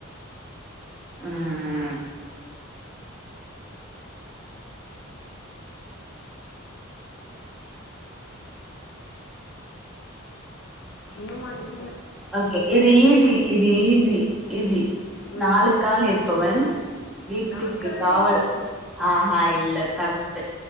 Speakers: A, in the centre; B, on the left.
A: உம் உம்
B: இன்னும்மா இன்
A: ஓகே இது ஈஸி இது ஈஸி ஈஸி
B: ம்
A: நாலுகால் இருப்பவன் வீட்டுக்கு
B: நாற்காலி
A: காவல் ஆஹா இல்ல தப் ஃபே